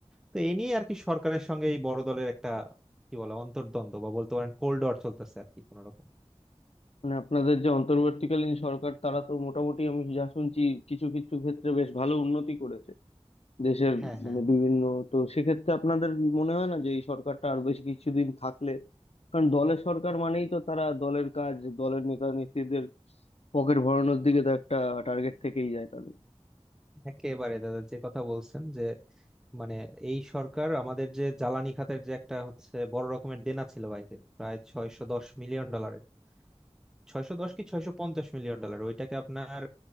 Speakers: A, in the centre; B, on the left (about 70°).
A: তো এ নিয়ে আর কি সরকারের সঙ্গে এই বড় দলের একটা কি বলে অন্তর্দ্বন্দ্ব বা বলতে পারেন কোল্ড ওয়ার চলতেছে আর কি কোনোরকম
B: মানে আপনাদের যে অন্তর্বর্তীকালীন সরকার তারা তো মোটামুটি আমি যা শুনছি কিছু কিছু ক্ষেত্রে বেশ ভালো উন্নতি করেছে দেশের
A: হ্যাঁ হ্যাঁ
B: মানে বিভিন্ন তো সেক্ষেত্রে আপনাদের মনে হয় না যে এই সরকারটা আর বেশ কিছুদিন থাকলে কারণ দলের সরকার মানেই তো তারা দলের কাজ দলের নেতা নেত্রীদের পকেট ভরানোর দিকে তো একটা টার্গেট থেকেই যায় তাদের
A: একেবারে দাদা যে কথা বলছেন যে মানে এই সরকার আমাদের যে জ্বালানি খাতের যে একটা হচ্ছে বড় রকমের দেনা ছিল বাইরে প্রায় ছয়শো দশ মিলিয়ন ডলারের ছয়শো দশ কি ছয়শো পঞ্চাশ মিলিয়ন ডলার ওইটাকে আপনার